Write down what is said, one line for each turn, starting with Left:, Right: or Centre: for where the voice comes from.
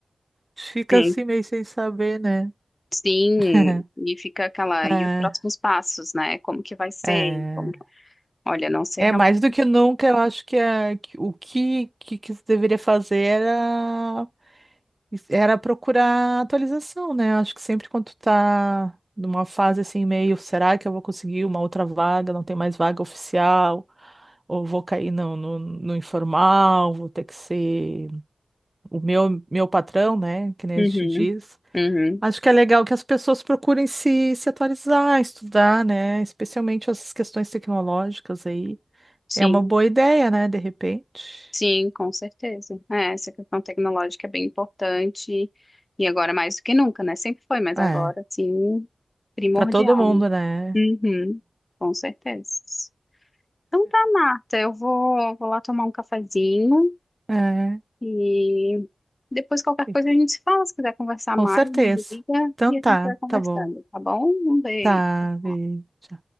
Right: fica
Left: é,
Right: assim meio sem saber, né?
Left: Sim,
Right: <laughs>
Left: e fica aquela,
Right: É,
Left: e os próximos passos, né? Como que vai ser?
Right: é,
Left: Como... Olha, não sei
Right: é
Left: realmente.
Right: mais do que nunca, eu acho que, é, que o que, que, que se deveria fazer era Era procurar atualização, né? Acho que sempre quando tu tá numa fase assim, meio, será que eu vou conseguir uma outra vaga? Não tem mais vaga oficial, ou vou cair no, no, no informal, vou ter que ser o meu, meu patrão, né? Que nem
Left: Uhum,
Right: a gente diz.
Left: uhum,
Right: Acho que é legal que as pessoas procurem se, se atualizar, estudar, né? Especialmente essas questões tecnológicas aí.
Left: sim,
Right: É uma boa ideia, né? De repente.
Left: sim, com certeza. É, essa questão tecnológica é bem importante e agora mais do que nunca, né? Sempre foi, mas
Right: É,
Left: agora,
Right: é.
Left: sim, primordial,
Right: Para todo mundo,
Left: né?
Right: né?
Left: Uhum, com certeza. Então tá, Marta, eu vou, vou lá tomar um cafezinho.
Right: É,
Left: E depois qualquer
Right: é.
Left: coisa a gente se fala, se quiser conversar
Right: Com
Left: mais,
Right: certeza.
Left: me liga
Right: Então
Left: e
Right: tá,
Left: a gente vai conversando,
Right: tá bom.
Left: tá bom? Um beijo.
Right: Tá, beijo.
Left: Tchau.